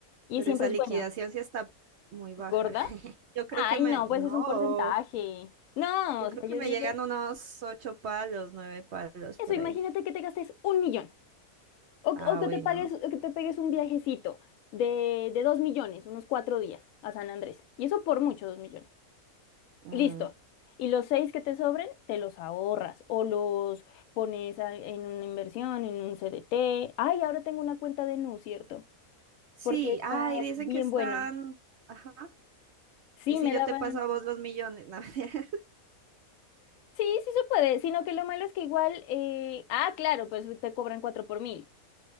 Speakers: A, on the left; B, on the right.
A: y
B: pero
A: siempre
B: esa
A: es
B: liquidación
A: bueno,
B: sí está muy baja.
A: gorda.
B: Yo creo
A: Ay,
B: que me,
A: no,
B: no,
A: pues es un porcentaje. No,
B: yo
A: o
B: creo
A: sea,
B: que
A: yo
B: me
A: digo,
B: llegan unos ocho palos, nueve palos
A: eso,
B: por
A: imagínate
B: ahí.
A: que te gastes un millón o,
B: Ah,
A: que o que
B: bueno.
A: te pagues, o que te pegues un viajecito de, de dos millones, unos cuatro días a San Andrés. Y eso por mucho, dos millones.
B: Mm.
A: Listo. Y los seis que te sobren, te los ahorras o los pones a- en una inversión, en un CDT. Ay, ahora tengo una cuenta de Nu, ¿cierto?
B: Sí,
A: Porque está
B: ay, dicen
A: bien
B: que están,
A: bueno.
B: ajá.
A: Sí,
B: ¿Y si
A: me
B: yo
A: daban.
B: te paso a vos los millones? <laughs> No, mentira.
A: Sí, sí se puede, sino que lo malo es que igual, eh, ah, claro, pues te cobran cuatro por mil,